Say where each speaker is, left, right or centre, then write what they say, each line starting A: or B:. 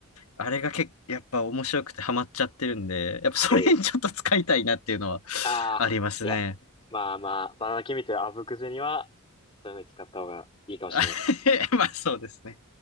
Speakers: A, on the left (about 85°); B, on the left (about 25°).
A: あれが結構、やっぱ面白くてハマっちゃってるんで、やっぱそれにちょっと使いたいなっていうのは
B: ええああ、
A: ありますね。
B: いや。まあまあ、バナナ君みたいなあぶくぜには、そういうのに使った方がいいかもしれないですね。
A: あ <laughs> まあそうですね。